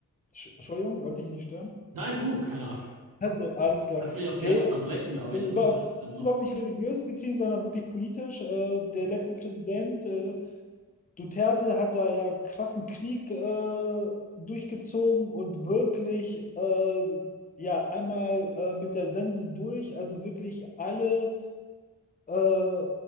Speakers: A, on the left (about 25°); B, on the right (about 85°).
A: Sch- Entschuldigung, wollte ich nicht stören.
B: Nein, du, keine Ahnung.
A: Also, alles klar.
B: Kannst mich auch
A: Nee,
B: gerne unterbrechen,
A: es
B: aber
A: ist,
B: ich
A: über,
B: unterbreche dich dann
A: es ist
B: auch.
A: überhaupt nicht religiös getrieben, sondern wirklich politisch. Äh, der
B: Okay.
A: letzte Präsident, äh, Duterte, hat da ja krassen Krieg äh, durchgezogen und wirklich äh, ja einmal äh, mit der Sense durch, also wirklich alle, äh,